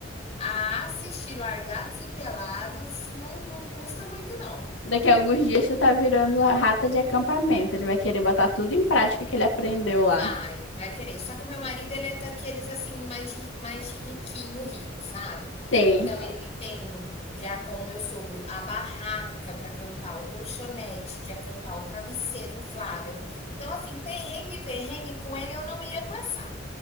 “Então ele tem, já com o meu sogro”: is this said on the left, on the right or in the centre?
Left